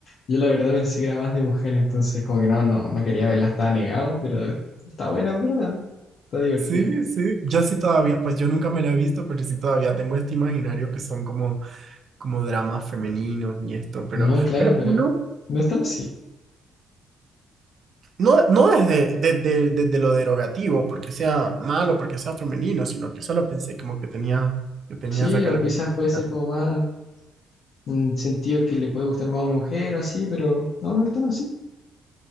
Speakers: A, on the left (about 60°); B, on the right (about 55°).
A: Yo la verdad pensé que era más de mujer, entonces como que no, no, no quería verla, estaba negado, pero está buena en verdad, está divertida.
B: sí, sí. Yo sí todavía, pues yo nunca me la he visto, pero sí todavía tengo este imaginario que son como, como dramas femeninos y esto, pero,
A: No, claro,
B: pero
A: pero
B: no.
A: no es tan así.
B: No, no desde, desde, desde lo derogativo, porque sea malo, porque sea femenino, sino que solo pensé como que tenía, que tenía
A: Sí,
B: esa característica.
A: o quizás puede ser como más mm, sentido que le puede gustar más a una mujer o así, pero no, no es tan así.